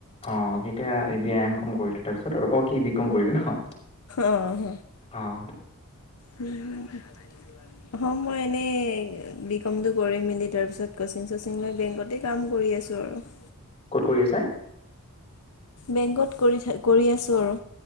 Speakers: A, on the left; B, on the left.
A: অঁ' এতিয়াই এম কম কৰিল তাৰপিছত অ কি বি কম কৰিলি ন।
B: অহ।
A: অঁ'
B: <unintelligible> অঁ মই এনেই বি কমটো কৰি মেলি তাৰপিছত কচিং চচিং লৈ বেংকতে কাম কৰি আছোঁ আৰু। <inaudible>
A: ক'ত কৰি আছে
B: বেংকত কৰি থ কৰি আছো আৰু